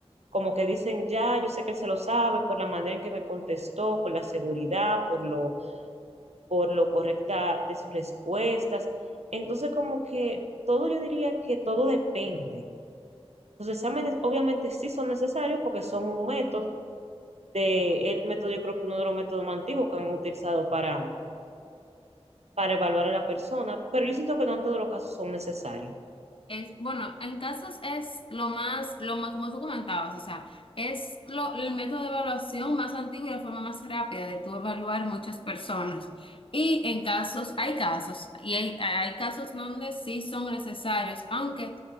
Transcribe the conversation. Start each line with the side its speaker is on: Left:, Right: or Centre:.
Right: como que dicen, ya, yo sé que él se lo sabe por la manera en que me contestó, por la seguridad, por lo por lo correcta de sus respuestas. Entonces, como que todo, yo diría que todo depende. Los exámenes obviamente sí son necesarios porque son un método, de, el método yo creo que uno de los métodos más antiguos que han utilizado para, para evaluar a la persona, pero yo siento que no en todos los casos son necesarios.
Left: Es, bueno, en casos es lo más, lo más, como tú comentabas, o sea, es lo, el método de evaluación más antiguo y la forma más rápida de tú evaluar muchas personas. Y en casos, hay casos, y hay, hay casos donde sí son necesarios, aunque,